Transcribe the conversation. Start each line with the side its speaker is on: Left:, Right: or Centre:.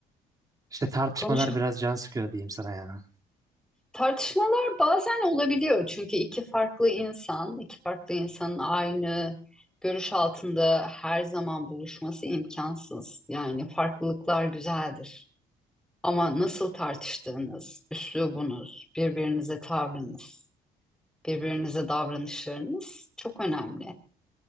Right: işte tartışmalar
Centre: Konuş
Right: biraz can sıkıyor diyeyim sana ya.
Centre: Tartışmalar bazen olabiliyor çünkü iki farklı insan, iki farklı insanın aynı görüş altında her zaman buluşması imkansız. Yani farklılıklar güzeldir. Ama nasıl tartıştığınız, üslubunuz, birbirinize tavrınız, birbirinize davranışlarınız çok önemli.